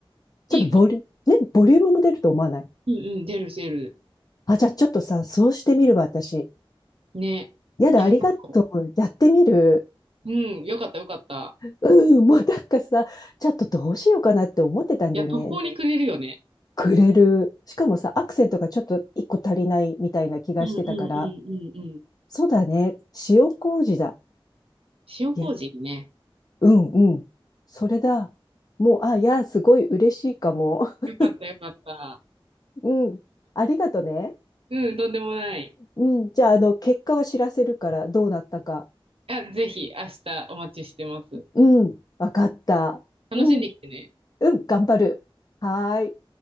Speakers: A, on the left; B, on the right.
A: ちょっとボリューム、
B: いいかも。
A: ね、ボリュームも出ると思わない
B: うんうん、出る出る。
A: あ、じゃあちょっとさ、そうしてみるわ、私。
B: ね。
A: やだ、
B: よさそ
A: ありがとう。やってみる。
B: う。うん、よかったよかった。
A: うん、もうなんかさ、ちょっとどうしようかなって思ってたんだよね。
B: いや、途方に暮れるよね。
A: くれる。しかもさ、アクセントがちょっと一個足りないみたいな気がしてたから、
B: うんうんうんうんうん。
A: そうだね。塩麹だ。
B: 塩麹ね。
A: いや、うんうん。それだ。もう、あ、いや、すごい嬉しいかも。<laughs>
B: よかったよかった。
A: うん。ありがとね。
B: うん、とんでもない。
A: うん。じゃあ、あの、結果は知らせるから、どうなったか。
B: あ、ぜひ明日お待ちしてます。
A: うん。わかった。
B: 楽しんできてね。
A: うん。うん。頑張る。はーい。